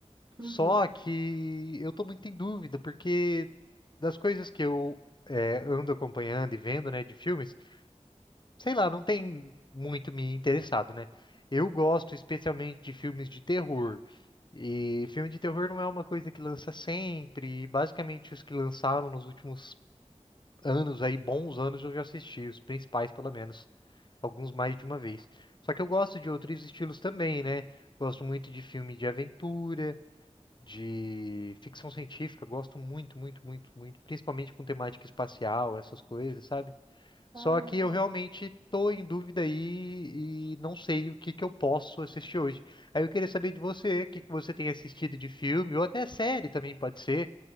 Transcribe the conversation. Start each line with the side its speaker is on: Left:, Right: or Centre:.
Right: Uhum.
Left: Só que eu tô muito em dúvida, porque das coisas que eu é, ando acompanhando e vendo, né, de filmes, sei lá, não tem muito me interessado, né? Eu gosto especialmente de filmes de terror. E filme de terror não é uma coisa que lança sempre. e Basicamente, os que lançaram nos últimos anos, aí, bons anos, eu já assisti, os principais, pelo menos. Alguns mais de uma vez. Só que eu gosto de outros estilos também, né? Gosto muito de filme de aventura de ficção científica, gosto muito, muito, muito, muito, principalmente com temática espacial, essas coisas, sabe?
Right: Ah,
Left: Só
Right: legal.
Left: que eu realmente tô em dúvida aí e não sei o que que eu posso assistir hoje. Aí eu queria saber de você, o que que você tem assistido de filme, ou até série também pode ser,